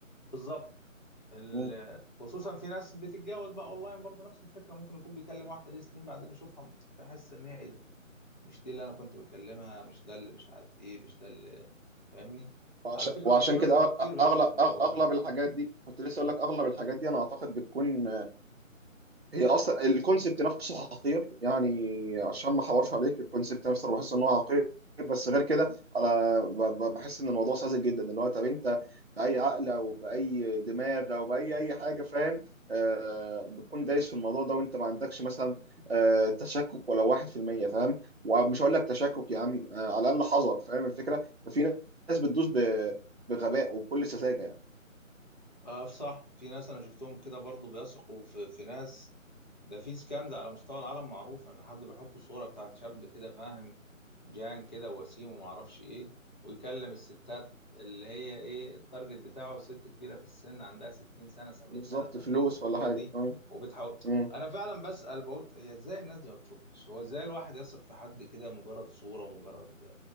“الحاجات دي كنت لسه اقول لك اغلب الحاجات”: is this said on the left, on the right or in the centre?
Right